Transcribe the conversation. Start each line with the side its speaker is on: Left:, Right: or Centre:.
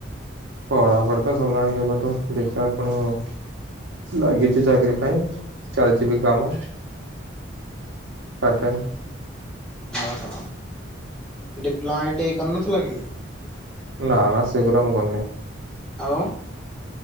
Right: ପଢ଼ାପଢ଼ି ତ ସରିଲାଣି କେବେଠୁ। ଦେଖିବା କଣ ହଉ ଲାଗିଚି ଚାକିରି ପାଇଁ ଚାଲିଚି ବି କାମ। Part time.
Centre: ଓହୋ, ଡିପ୍ଲୋମା, ଆଇ ଟି ଆଇ କରିନଥିଲ କି?
Right: ନାଁ ନାଁ ସେଗୁରା ମୁଁ କରିନି।
Centre: ଆଉ?